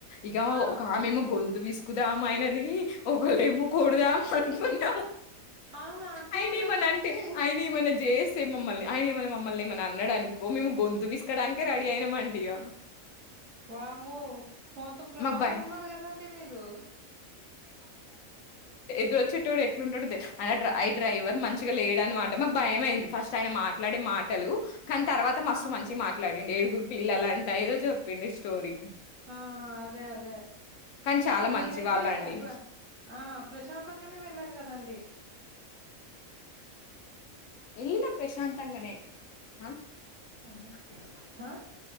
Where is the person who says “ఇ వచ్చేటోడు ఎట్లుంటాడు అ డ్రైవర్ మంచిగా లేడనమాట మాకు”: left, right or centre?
Left